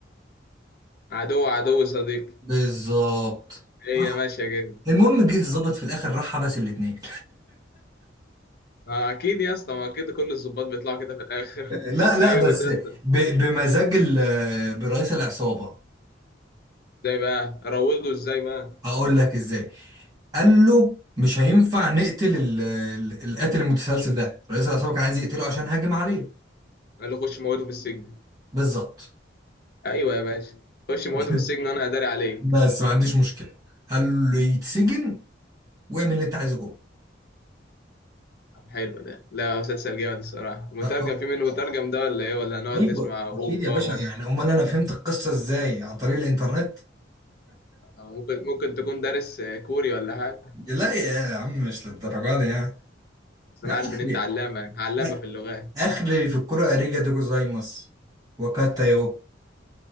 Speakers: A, on the left; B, on the right.
A: عدو عدو صديقي
B: بالظبط
A: هي
B: راح
A: ماشية كده
B: المهم جه الظابط في الاخر راح بس الاتنين
A: ما اكيد يا اسطى ما اكيد كل الظباط بيطلعوا كده في الاخر <laughs>
B: لا لا
A: ايوه
B: بس
A: مسلسل
B: ب- بمزاج ال- برئيس العصابة
A: ازاي بقى روضه ازاي بقى
B: هقول لك ازاي قال له مش هينفع نقتل ال- ال- القاتل المتسلسل ده رئيس العصابه كان عايز يقتله عشان هاجم عليه
A: قال له خش موته في السجن
B: بالظبط
A: ايوه يا باشا خش موته
B: <laughs>
A: في السجن وانا اداري عليك
B: بس ما عنديش مشكله قال له يتسجن واعمل اللي انت عايزه جوه
A: طب حلو ده لا مسلسل جامد الصراحه مترجم
B: لا طبعا
A: في منه مترجم ده ولا ايه ولا هنقعد
B: ايوه
A: نسمع هو
B: اكيد
A: بابا
B: يا باشا يعني امال انا فهمت القصه ازاي عن طريق الانترنت
A: ممكن ممكن تكون دارس آه، كوري ولا حاجه
B: لا يا عم مش للدرجه دي يعني
A: بس
B: لا
A: انا عارف
B: اخلي
A: ان انت علامه علامه
B: لا
A: في اللغات
B: اخلي في الكره اريجا دوجو زايمس وكاتا يو